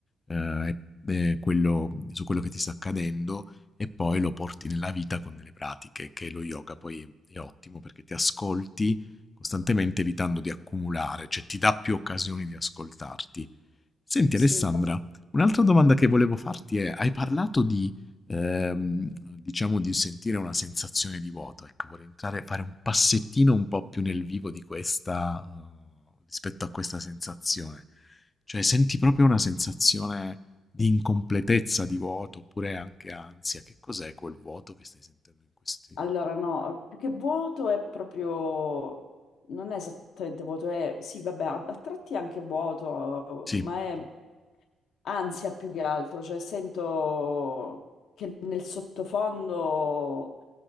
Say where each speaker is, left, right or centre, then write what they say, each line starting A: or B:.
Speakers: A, on the left; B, on the left.
A: eh, eh, quello- su quello che ti sta accadendo e poi lo porti nella vita con delle pratiche, che lo yoga poi è, è ottimo perché ti ascolti costantemente evitando di accumulare, cioè ti dà più occasioni di ascoltarti Senti
B: Sì,
A: Alessandra, un'altra domanda che volevo farti è, hai parlato di, ehm, diciamo, di sentire una sensazione di vuoto, ecco, vorrei entrare, fare un passettino un po' più nel vivo di questa, eh, rispetto a questa sensazione. Cioè, senti proprio una sensazione di incompletezza, di vuoto, oppure anche ansia. Che cos'è quel vuoto che stai sentendo in questi...
B: Allora, no, più che vuoto è proprio, non è esattamente vuoto, è, sì, vabbè, a a tratti è anche vuoto,
A: Sì,
B: ma è ansia più che altro, cioè sento che nel sottofondo